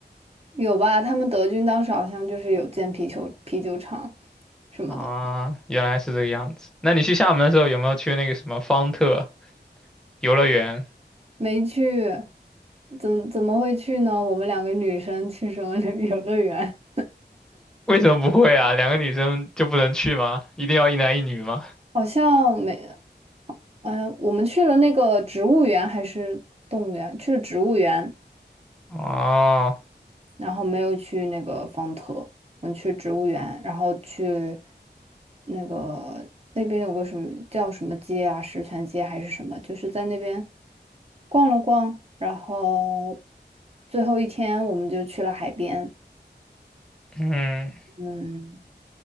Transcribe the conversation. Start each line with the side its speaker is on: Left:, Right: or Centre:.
Right: 有吧？他们德军当时好像就是有建啤酒啤酒厂
Centre: <laughs>
Right: 什么的，
Centre: 啊，原来是这个样子。那你去厦门的时候有没有去那个什么方特游乐园？
Right: 没去，怎怎么会去呢？我们两个女生去什么旅 <laughs> 游乐园？
Centre: 为什么不会啊？两个女生就不能去吗？一定要一男一女吗？
Right: 好像没，嗯、我们去了那个植物园还是动物园？去了植物园，
Centre: 哦，
Right: 然后没有去那个方特，我们去植物园，然后去那个那边有个什么叫什么街啊，石泉街还是什么，就是在那边逛了逛，然后最后一天我们就去了海边，
Centre: 嗯。
Right: 嗯，